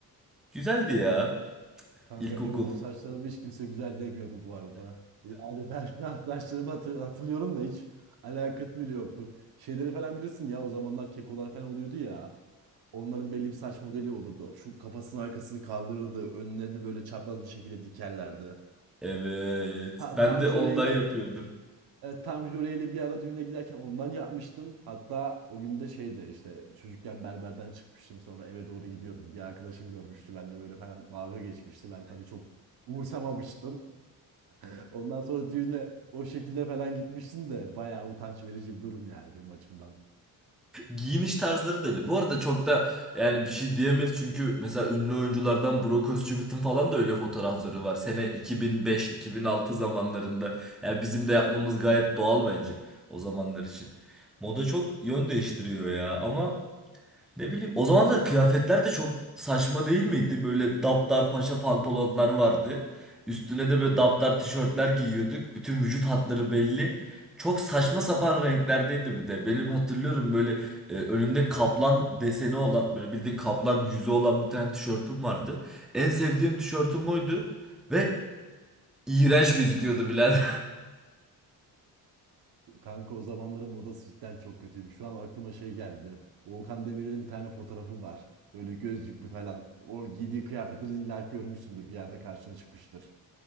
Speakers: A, in the centre; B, on the right.
A: güzeldi ya
B: Kanka
A: ilkokul.
B: benim o saçlarımı hiç kimse güzel demiyordu bu arada. Yani ben <laughs> saçlarımı hatır- hatırlıyorum da hiç alakası bile yoktu. Şeyleri falan bilirsin ya o zamanlar kekolar falan oluyordu ya. Onların belli bir saç modeli olurdu. Şu kafasının arkasını kaldırırdı. Önlerini böyle çapraz bir şekilde dikerlerdi.
A: Evet.
B: Ha,
A: Ben
B: tam
A: de
B: jöleyle
A: ondan yapıyordum.
B: Evet, tam Jule'yle bir ara düğüne giderken ondan yapmıştım. Hatta o gün de şeydi işte çocukken berberden çıkmıştım sonra eve doğru gidiyordum. Bir arkadaşım görmüştü ben de böyle falan dalga geçmişti. Ben tabii çok umursamamıştım. <laughs> Ondan sonra düğüne o şekilde falan gitmiştim de bayağı utanç verici bir durum yani benim açımdan.
A: Giyiniş tarzları da öyle. Bu arada çok da yani bir şey diyemeyiz çünkü mesela ünlü oyunculardan Brock Özçivit'in falan da öyle fotoğrafları var. Sene 2005-2006 zamanlarında. Yani bizim de yapmamız gayet doğal bence o zamanlar için. Moda çok yön değiştiriyor ya ama Ne bileyim o zamanlar kıyafetler de çok saçma değil miydi? Böyle daptar paşa pantolonlar vardı. Üstüne de böyle daptar tişörtler giyiyorduk. Bütün vücut hatları belli. Çok saçma sapan renklerdeydi bir de. Benim hatırlıyorum böyle e, önünde kaplan deseni olan böyle bildiğin kaplan yüzü olan bir tane tişörtüm vardı. En sevdiğim tişörtüm oydu ve iğrenç gözüküyordu birader.
B: Kanka o zamanların modası cidden çok kötüymüş. Şu an aklıma şey geldi. Volkan Demirel'in bir tane fotoğrafı var. Böyle gözlüklü falan. O giydiği kıyafetleri illa ki görmüşsündür bir yerde karşına çıkmıştır.